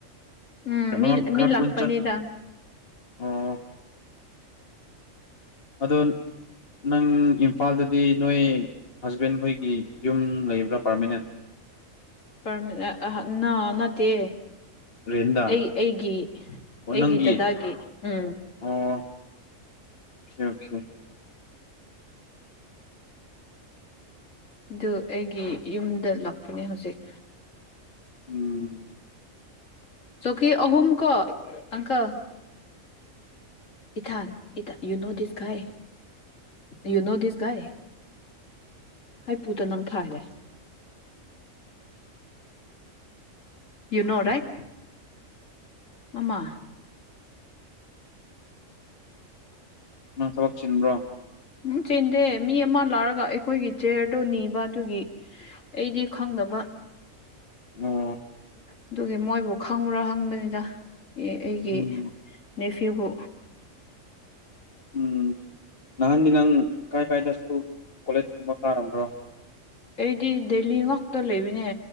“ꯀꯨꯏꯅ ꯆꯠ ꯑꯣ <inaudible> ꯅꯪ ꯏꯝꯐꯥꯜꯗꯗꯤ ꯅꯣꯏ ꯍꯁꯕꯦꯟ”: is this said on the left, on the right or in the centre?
Left